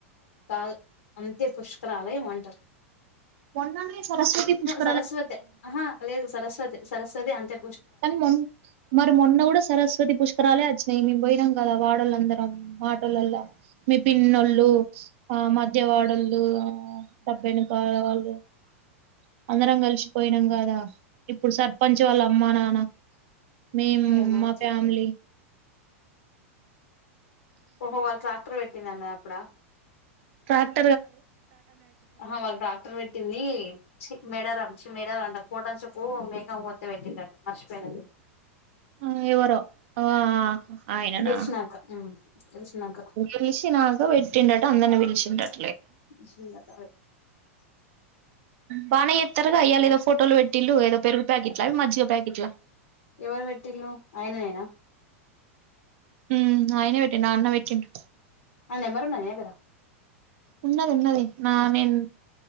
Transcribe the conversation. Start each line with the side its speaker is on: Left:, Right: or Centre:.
Left: కాదు అంతే పుష్కరాల ఏమో అంటరు.
Right: మొన్ననే సరస్వతీ పుష్క
Left: సరస్వతే ఆహా లేదు సరస్వతి సరస్వతి అంత్య
Right: కానీ మొన్ మరి మొన్న గుడా సరస్వతి పుష్ కరాలే వచ్చినయి మేము పోయినం కదా వాడోల్లందరం ఆటోల్లల్ల మీ పిన్నోళ్ళు ఆ మద్యవాడోళ్ళు డబ్బై <inaudible> అందరం కలిసి పోయినం కాదా ఇప్పుడు సర్పంచ్ వాళ్ళ అమ్మా నా నా మేము
Left: ఏమో
Right: మా
Left: తెలీదు
Right: ఫ్యామిలీ
Left: ఓహో వాళ్ళు ట్రాక్టర్ పెట్టింది అన్నది అప్పుడా
Right: ట్రా
Left: అ హా వాళ్ళు ట్రాక్టర్ పెట్టింది మేడారం చి మేడారం అంటన్న <inaudible> మేక కోస్తే పుట్టిండట మర్చిపోయిన
Right: మ్ ఎవరో ఆ ఆయననా
Left: గెలిచినాక ఉమ్ గెలిచినాక
Right: గెలిషినాక వెట్టిండ అందర్ని పిల్చింరట
Left: <unintelligible>
Right: బానే చేస్తరుగా ఇయ్యాల ఏదో ఫోటోలు పెట్టిళ్ళు ఏదో పెరుగు ప్యాకెట్ల అవి మజ్జిగ ప్యాకెట్లా
Left: ఎవరు పెట్టిన్లు ఆయన నేనా
Right: హ్మ్ ఆయనే నాన్న పెట్టిండు.
Left: ఆ నెంబర్ ఉన్నది నీ దగ్గర
Right: ఉన్నద్ ఉన్నది. నా నేన్